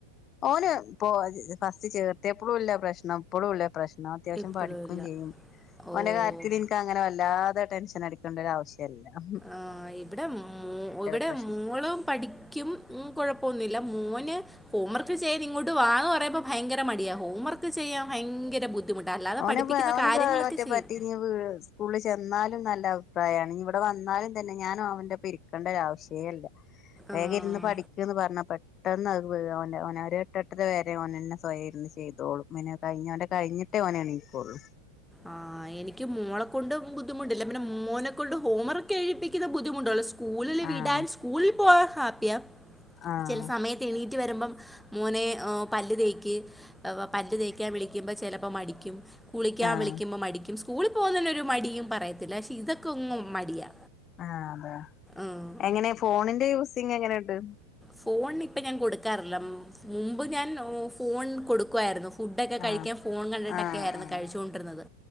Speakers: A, on the left; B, in the centre.
A: ഓന് ഇപ്പം ഫസ്റ്റ് ചേർത്യപ്പോളും ഇല്ല്യാ പ്രശ്നം ഇപ്പോളും ഇല്ല്യാ പ്രശ്നം എന്നാ അത്യാവശ്യം
B: ഇപ്പോഴും
A: പഠിക്കും
B: ഇല്ല
A: ചെയ്യും.
B: ഓ
A: ഓന്റെ കാര്യത്തിൽ എനിക്ക് അങ്ങനെ വല്ലാതെ ടെൻഷൻ അടിക്കേണ്ട ഒരു ആവശ്യം ഇല്ലാം ഹ്
B: ആഹ് ഇവിടെ മൊ ഇവിടെ
A: പ്രശ്നം
B: മോളും പഠിക്കും. ഉം കുഴപ്പമൊന്നുല്ല്യാ മോന് ഹോം വർക്ക് ചെയാൻ ഇങ്ങോട്ട് വാ പറയുമ്പോൾ ഭയങ്കര മടിയാ ഹോം വർക്ക് ചെയ്യാ ഭയങ്കര ബുദ്ധിമുട്ടാണ് അല്ലാതെ
A: ഒന
B: പഠിപ്പിക്കുന്ന
A: ഒനറ്റ
B: കാര്യങ്ങളൊക്കെ ചെയ്യും
A: പറ്റി <unintelligible> ഇീ സ്കൂളിൽ ചെന്നാലും നല്ല അഭിപ്രായണ് ഇവിടെ വന്നാലും തന്നെ ഞാനും അവന്റെ ഇരി ക്കണ്ട ഒരാവശ്യല്ല വേഗം
B: ആഹ്
A: ഇരുന്ന് പഠിക് ന്ന് പറഞ്ഞാൽ പെട്ടെന്ന് അത് അവ അവന ഒരു എട്ടെട്ടര വരെ ഓനന്നെ സ്വയം ഇരുന്ന് ചെയതോളൂ. മനെ കഴിഞ് ഓന്റെ കഴിഞ്ഞിട്ടേ ഓന് എണീക്കൊള്ളൂ
B: ആഹ് എനിക്ക് മോളെ കൊണ്ടും ബു ബുദ്ധിമുട്ടില്ലെ പിന്നെ മോനെ കൊണ്ട് ഹോവർക്ക് എഴിപ്പിക്കുന്ന ബുദ്ധിമുട്ടുള്ള സ്കൂളില്
A: ആഹ്
B: വിടാൻ കൂളിൽ പോകൻ ഹാപ്പിയാ
A: ആഹ്
B: ചെലസമയത്ത്. എണീറ്റ് വരുമ്പം മോനെ ഏഹ് പല്ല് തേക്ക് പല്ല് തേക്കാൻ വിളിക്കുമ്പോൾ ചിലപ്പോൾ മടിക്കും കുളിക്കാൻ
A: ആഹ്
B: വിളിക്ക മടിക്കും സ്കൂളിൽ പോകുന്ന ഒരു മടിയും പറയത്തില്ല പക്ഷെ ഇതൊക്കെ ഒന്നും മടിയാ.
A: അഹ് അതെ
B: ഉം.
A: എങ്ങനെ ഫോണിന്റെ യൂസിങ് എങ്ങനെണ്ട്.
B: ഫോണിപ്പം ഞാൻ കൊടുക്കാറില്ല മുമ്പ് ഞാൻ ഫോൺ കൊടുക്കുവായിരുന്നു ഫുഡൊക്കെ കഴിക്കാൻ
A: ആഹ്
B: ഫോൺ കണ്ടിട്ടൊക്കെയിരുന്നു
A: ആഹ് ആഹ്
B: കഴിച്ചുകൊണ്ട് ഇരുന്നത്